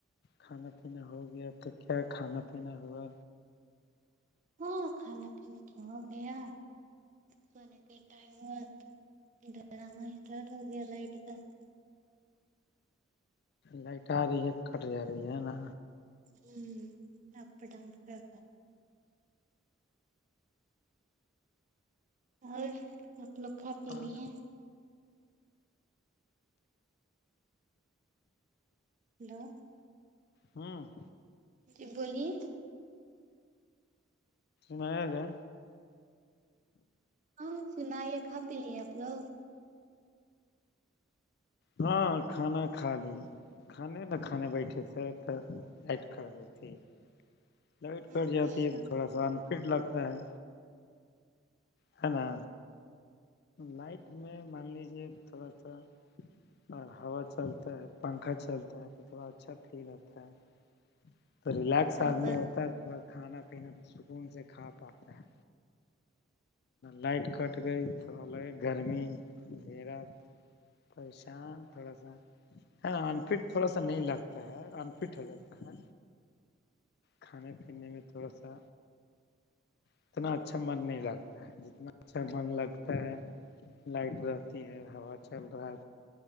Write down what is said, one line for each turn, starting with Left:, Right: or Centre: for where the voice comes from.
Left: کھانا پینا ہو گیا تو کیا کھانا پینا ہوا
Right: ہاں کھانا پینے تو ہو گیا سونے کا ٹائم ہوا ڈراما ہو گیا لائٹ بند
Left: لائٹ آ رہی ہے کٹ جا رہی ہے نا
Right: ہوں اپ <unintelligible> ڈ ہم کر اور آپ لوگ کھا پی
Left: اور
Right: لیے ہیلو
Left: امم
Right: جی بولیے
Left: میں گے
Right: ہاں سنائیے کھا پی لیے آپ لوگ
Left: ہاں کھانا کھا لیا کھانے کھانے بیٹھے تھے تو لائٹ کٹ گئی تھی لائٹ کٹ
Right: اچھا
Left: جاتی ہے تو تھوڑا سا انفٹ لگتا ہے ہے نا لائٹ میں مان لیجیے تھوڑا سا اور ہوا چلتا ہے پنکھا چلتا ہے تو تھوڑا اچھا فیل ہوتا ہے تو ریلیکس
Right: ارے
Left: آدمی
Right: بس
Left: ہوتا ہے وہ کھانا پینا سکون سے کھا پاتا ہے لائٹ کٹ گئی تو یہ گرمی یہ رات پریشان تھوڑا سا ا انفٹ تھوڑا سا نہیں لگتا ہے انفٹ ہو جاتا ہے کھانے پینے میں تھوڑا سا اتنا اچھا من نہیں لگتا ہے جتنا اچھا من لگتا ہے لائٹ رہتی ہے ہوا چل رہا